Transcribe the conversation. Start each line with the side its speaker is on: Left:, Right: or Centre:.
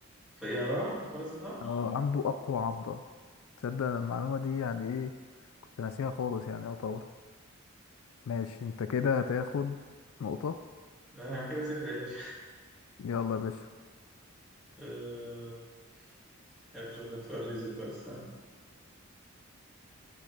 Centre: فيا راعي فرس النهر
Left: آه، عنده أقوى عضة تصدق المعلومة دي يعني ايه كنت ناسيها خالص يعني يعتبر ماشي انت كده هتاخد نقطة
Centre: آه، انا كده صفر يا باشا
Left: يلا يا باشا
Centre: <laughs> آه، اشوف لك سؤال ريزل بقى استنى